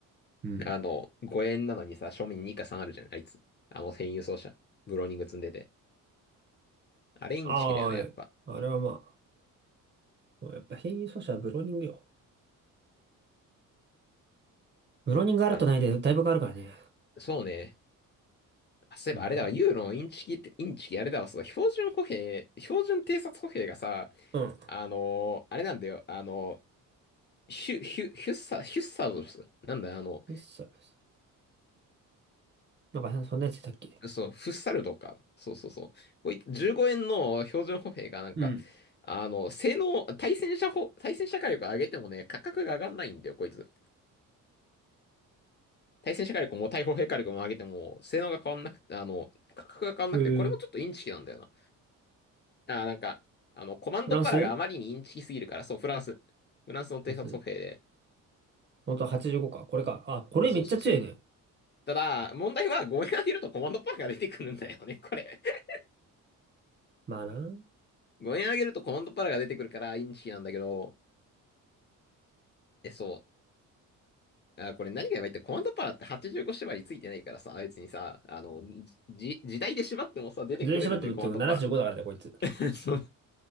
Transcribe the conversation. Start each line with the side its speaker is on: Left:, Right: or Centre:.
Right: うん。
Left: あの、5円なのにさ、正面に2か3あるじゃん、あいつ。あの、編輸送車。ブローニング積んでて。あれインチキだよね、
Right: ああ、
Left: やっぱ。
Right: えあれはまあ、やっぱ変異素子はブローニングよ。ブローニングあるとないで、
Left: あ、
Right: だいぶ変わるからね。
Left: そうね。あ、そういえばあれだわ、
Right: うん。
Left: ユーロのインチキって、インチキあれだわ、そう、標準歩兵、標準偵察歩兵がさ、
Right: うん
Left: あのーあれなんだよ、あのーヒュ、ヒュ、ヒュッサ、ヒュッサードですなんだよ、あの、
Right: フッサルス。なんか、そんなやついたっけ
Left: そう、フッサルとか、そうそうそう。こい15円の標準歩兵がなんか、
Right: うん。
Left: あの、性能、対戦車歩、対戦車火力上げてもね、価格が上がんないんだよ、こいつ。対戦車火力も対砲兵火力も上げても、性能が変わんなくて、あの、価格が変わんなくて、
Right: えー、
Left: これもちょっとインチキなんだよな。ああなんか、あの、コマンドパラがあまりにインチキすぎるから、
Right: フランスフ
Left: そう、フランス。フランスの偵察歩兵で。
Right: ランス本当は85か。これか。あ、これめっちゃ強いね。
Left: え、そうそうそう。ただ、問題は5円上げるとコマンドパラが出てくるんだよね、これ。<laughs>
Right: まあな。
Left: 5円上げるとコマンドパラが出てくるからインチキなんだけど、え、そう。あこれ何がやばいって、コマンドパラって8個縛りついてないからさ、別にさ、あの、じ、時代で縛ってもさ、出てこれるんで、
Right: 全然喋ってもっていうか75だからね、
Left: コマンドパラ。
Right: こいつ。こ
Left: <laughs> そう